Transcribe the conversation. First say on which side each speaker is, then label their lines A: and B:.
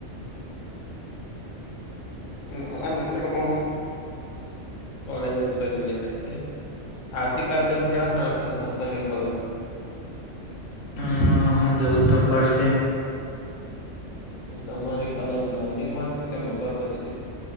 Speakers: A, on the left; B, on the left.
A: હ મારા મિત્ર પણ કોલેજ જ કરી રહ્યા છે આવતીકાલ તમેં જવાના હસો ને કોલેજ
B: હ હું જવું તો પડસે
A: હું તમારી કોલેજ મોર્નિંગમાં છે કે બપોર પછી